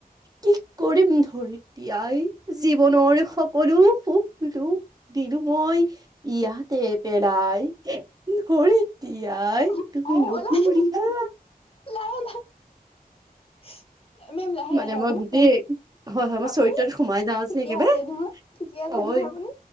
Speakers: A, on the right; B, on the left.
A: কি কৰিম ধৰি এতিয়াই জীৱনৰ সকলো সুখ-দুখ দিলো মই ইয়াত ইয়াতে পেলাই ধৰিত্ৰী আই
B: লাহে
A: তুমি
B: অ অ অ
A: নপৰিবা
B: অ লাহে লাহে <inaudible> মেম লাহে-
A: মানে
B: লাহে অকমান
A: মই গোটেই হয় হয় মই
B: আপুনি
A: চৰিত্ৰটোত সোমাই যাওঁ
B: ঠিকে
A: যে একেবাৰে
B: আছে নহয়? ঠিকে আছে
A: হয়
B: তেনেহলে আপুনি?